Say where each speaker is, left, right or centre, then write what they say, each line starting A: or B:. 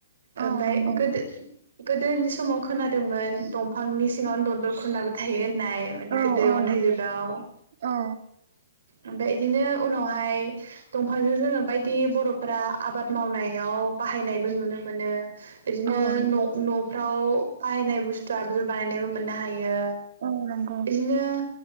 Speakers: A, on the right; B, on the right.
A: औ
B: ओमफ्राय
A: नंगौ
B: गोदो गोदोनि समाव खोनादोंमोन दंफांनि सिङावनो दनदर खुरनाबो थायो होननाय
A: औ
B: गोदो अन्थाइ
A: नंगौ
B: जुगाव ओम
A: औ
B: ओमफाय बिदिनो उनावहाय दंफांजों जोङो बायदि बरफोरा आबाद मावनायाव बाहायनायबो नुनो मोनो बिदिनो
A: औ नंगौ
B: न नफ्राव बाहायनाय बुस्थु आगजु बानायनायबो मोननो हायो
A: औ नंगौ
B: बिदिनो